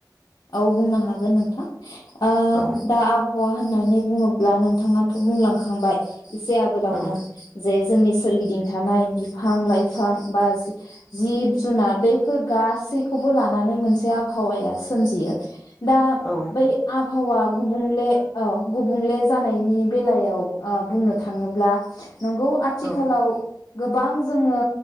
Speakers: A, on the left (about 60°); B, in the centre.
A: औ बुंनो हागोन नोंथां। ओ
B: औ
A: दा आबहावा होननानै बुङोब्ला नोंथाङाथ' बुंलांखांबाय इसे आगोलावनो
B: औ
A: जे जोंनि सोरगिदिं थानाय बिफां-लाइफां बा जिब- जुनार बैफोर गासैखौबो लानानै मोनसे आबहावाया सोमजियो दा
B: औ
A: बै आ आबहावा गुबुंले ओ गुबुंले जानायनि बेलायाव बुंनो थाङोब्ला नंगौ आथिखालाव
B: औ
A: गोबां जोङो